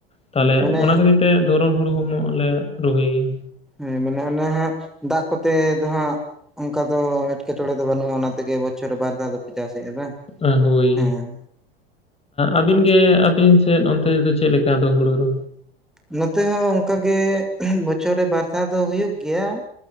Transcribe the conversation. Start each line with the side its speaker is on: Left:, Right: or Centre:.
Left: ᱛᱟᱦᱚᱞᱮ
Centre: ᱢᱟᱱᱮ
Left: ᱚᱱᱟ ᱠᱷᱟᱹᱛᱤᱨ ᱛᱮ ᱫᱷᱚᱨᱚᱱ ᱦᱩᱲᱩ ᱦᱚᱸᱜ ᱞᱮ ᱨᱚᱦᱚᱭ ᱜᱮᱭᱟ᱾
Centre: ᱦᱮᱸᱢᱮᱱᱟᱜ ᱟᱱᱟ ᱦᱟᱸᱜ ᱫᱟᱜ ᱠᱚᱛᱮ ᱫᱚ ᱦᱟᱸᱜ ᱚᱱᱠᱟ ᱫᱚ ᱮᱴᱠᱮᱴᱚᱲᱮ ᱫᱚ ᱵᱟᱹᱱᱩᱜᱼᱟ᱾ ᱚᱱᱟ ᱛᱮᱜᱮ ᱵᱚᱪᱷᱚᱨ ᱨᱮ ᱵᱟᱨ ᱫᱷᱟᱣ ᱪᱟᱥᱮᱜᱼᱟ ᱵᱟᱝ
Left: ᱦᱮᱸ ᱦᱳᱭ
Centre: ᱦᱮᱸ
Left: ᱟᱹᱵᱤᱱ ᱜᱮ ᱟᱹᱵᱤᱱ ᱥᱮᱫ ᱚᱱᱛᱮ ᱫᱚ ᱪᱮᱜ ᱞᱮᱠᱟ ᱫᱚ ᱦᱩᱲᱩ ᱫᱚ?
Centre: ᱱᱚᱛᱮ ᱦᱚᱸ ᱚᱱᱠᱟᱜᱮ ᱵᱚᱪᱷᱚᱨ ᱨᱮ ᱵᱟᱨ ᱫᱷᱟᱣ ᱫᱚ ᱦᱳᱭᱩᱜ ᱜᱮᱭᱟ᱾